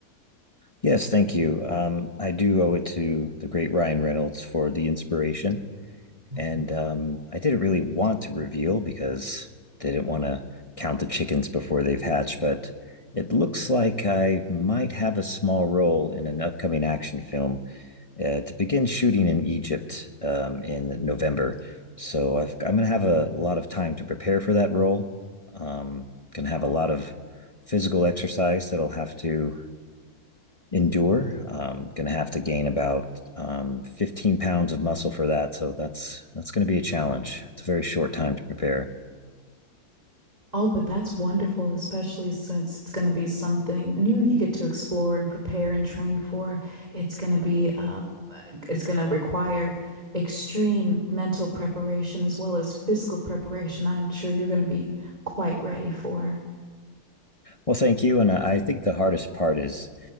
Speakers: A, on the left; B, on the right.
A: Yes, thank you. Um, I do owe it to the great Ryan Reynolds for the inspiration.
B: Mhm.
A: And um, I didn't really want to reveal because they didn't want to count the chickens before they've hatched, but it looks like I might have a small role in an upcoming action film uh, to begin shooting in Egypt um, in November. So I've, I'm going to have a lot of time to prepare for that role. Um, going to have a lot of physical exercise that I'll have to endure. Um, going to have to gain about um, 15 pounds of muscle for that. So that's that's going to be a challenge. It's a very short time to prepare.
B: Oh, but that's wonderful, especially since it's going to be something new you get to explore and prepare and train for. It's going to be uh, it's going to require extreme mental preparation as well as physical preparation. I'm sure you're going to be quite ready for.
A: Well, thank you. And I I think the hardest part is